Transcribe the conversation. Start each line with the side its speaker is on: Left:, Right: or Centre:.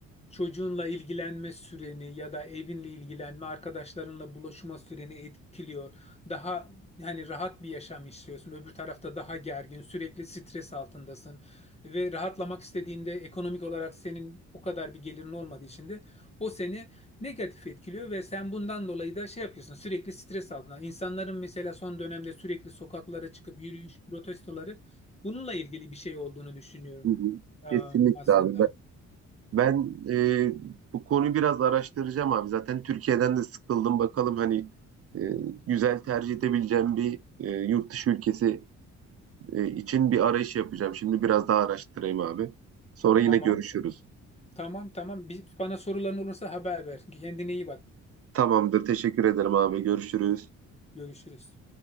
Left: çocuğunla ilgilenme süreni ya da evinle ilgilenme, arkadaşlarınla buluşma süreni etkiliyor. Daha yani rahat bir yaşam istiyorsun. Öbür tarafta daha gergin, sürekli stres altındasın ve rahatlamak istediğinde ekonomik olarak senin o kadar bir gelirin olmadığı için de o seni negatif etkiliyor ve sen bundan dolayı da şey yapıyorsun. Sürekli stres altında. İnsanların mesela son dönemde sürekli sokaklara çıkıp yürüyüş protestoları bununla ilgili bir şey olduğunu düşünüyorum,
Right: Hı hı.
Left: e,
Right: Kesinlikle
Left: aslında.
Right: abi. Ben, ben e, bu konuyu biraz araştıracağım abi. Zaten Türkiye'den de sıkıldım. Bakalım hani e, güzel tercih edebileceğim bir e, yurt dışı ülkesi e, için bir arayış yapacağım. Şimdi biraz daha araştırayım abi. Sonra yine
Left: Tamam.
Right: görüşürüz.
Left: Tamam tamam. Bir, bana soruların olursa haber ver. Kendine iyi bak.
Right: Tamamdır. Teşekkür ederim abi. Görüşürüz.
Left: Görüşürüz.